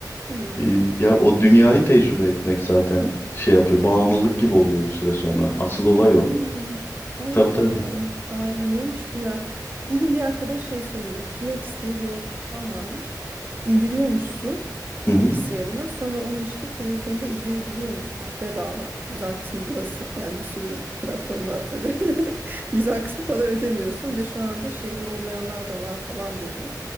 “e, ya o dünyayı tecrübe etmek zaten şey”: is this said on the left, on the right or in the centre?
Left